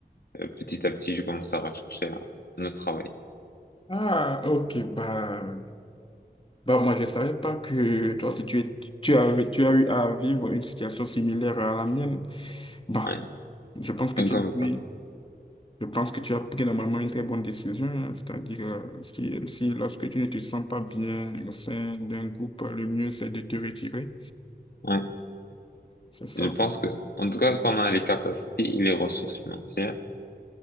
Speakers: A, on the left; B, on the left.
A: Euh, petit à petit, je commence à rechercher un, un autre travail.
B: Ah, ok, bah, bah moi je savais pas que toi si tu es, tu as, tu as eu à vivre une situation similaire à la mienne, bah,
A: Ouais.
B: je pense que tu
A: Comme
B: as pris,
A: quoi.
B: je pense que tu as pris normalement une très bonne décision, hein, c'est-à-dire euh, si, si lorsque tu ne te sens pas bien au sein d'un groupe, le mieux c'est de te retirer,
A: Ouais.
B: c'est ça.
A: Je pense que, en tout cas, quand on a les capacités et les ressources financières,